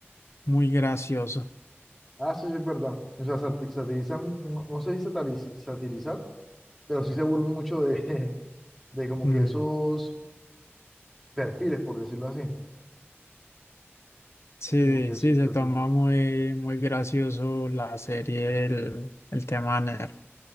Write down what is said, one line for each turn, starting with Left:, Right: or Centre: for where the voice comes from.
Left: muy gracioso.
Centre: ah, eso sí es verdad. O sea, sati- satirizan, no, no se dice satiriz- satirizar, pero sí se burlan mucho de, <laughs> de como
Left: Mm,
Centre: que esos perfiles, por decirlo así.
Left: Sí,
Centre: Como que esos
Left: sí, se
Centre: perfiles.
Left: toma muy, muy gracioso la serie, el, el tema nerd.